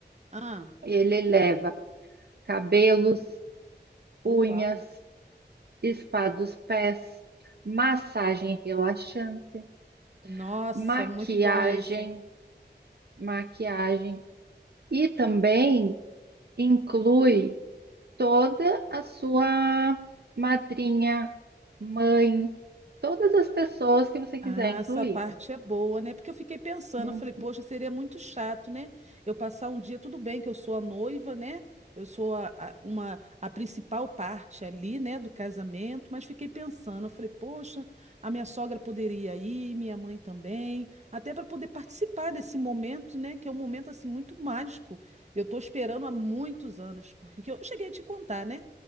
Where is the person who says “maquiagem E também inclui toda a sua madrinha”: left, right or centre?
Right